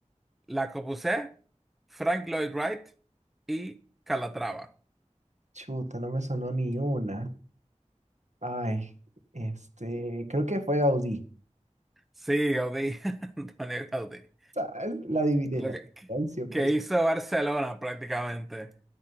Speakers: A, in the centre; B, on the right.
A: La Corbusier, Frank Lloyd Wright y Calatrava.
B: Chuta, no me sonó ni una. Ay, este, creo que fue Gaudí.
A: Sí, Gaudí, <laughs> Antonio Gaudí.
B: Ah, La adiviné,
A: Lo
B: la
A: que,
B: al 100%.
A: que hizo Barcelona prácticamente.